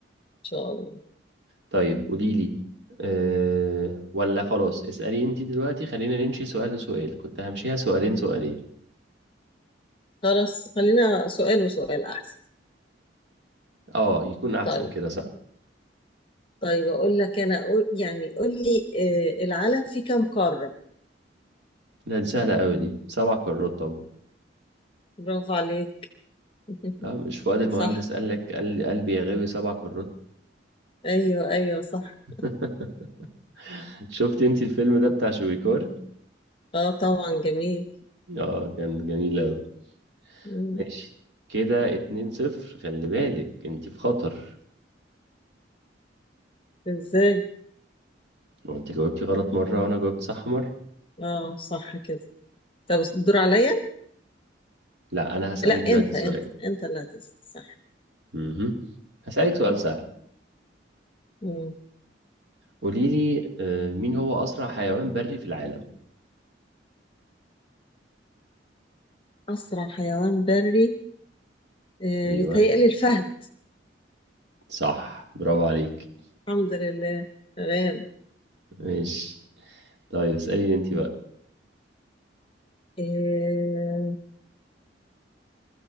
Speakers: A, on the left; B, on the right.
A: إن شاء الله
B: طيب قوليلي أه ولا خلاص اسألي انتي دلوقتي خلينا نمشي سؤال لسؤال كنت همشيها سؤالين سؤالين
A: خلاص خلينا سؤال وسؤال أحسن
B: اه يكون أحسن
A: طيب
B: كده صح
A: طيب اقول لك انا أقول يعني قول لي آه، العالم فيه كم قارة
B: لا دي سهلة أوي دي سبع قارات طبعا
A: برافو عليك <laughs>
B: لا مش فؤاد المهندس
A: صح
B: قال لك قال قلبي يا غاوي سبع قارات
A: ايوه ايوه صح
B: <laughs> شفت انتي الفيلم ده بتاع شويكار
A: اه طبعا جميل
B: اه كان جميل أوي
A: مم.
B: ماشي كده اتنين صفر خلي بالك انت في خطر
A: ازاي
B: لو انت جاوبتي غلط مرة وانا جاوبت صح مرة
A: اه صح كده طب الدور عليا
B: لا انا هسألك
A: لا انت
B: دلوقتي
A: انت
B: سؤال
A: انت اللي هتسأل صح
B: امم هسألك سؤال سهل
A: مم.
B: قولي لي آه، مين هو اسرع حيوان بري في العالم
A: اسرع حيوان بري آه،
B: ايوه
A: بيتهيألي الفهد
B: صح برافو عليك
A: الحمد لله تمام
B: ماشي طيب اسأليني انت بقى
A: آه،